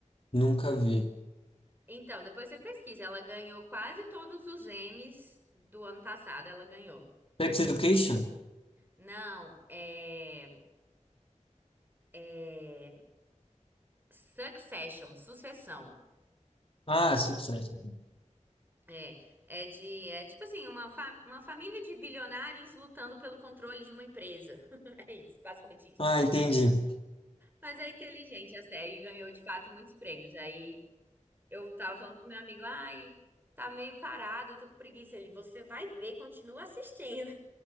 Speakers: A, on the left; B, on the right.
A: Nunca vi.
B: Então, depois você pesquisa. Ela ganhou quase todos os Emmys do ano passado. Ela ganhou.
A: Sex Education?
B: Não, é. é Succession, Sucessão.
A: Ah, Succession.
B: É, é de, é tipo assim, uma, fa- uma família de bilionários lutando pelo controle de uma empresa. <laughs> É isso, basicamente isso.
A: Ah, entendi.
B: Mas é inteligente a série, e ganhou de fato muitos prêmios. Aí eu tava falando pro meu amigo, ai, tá meio parado, eu tô com preguiça. Ele, você vai ver, continua assistindo.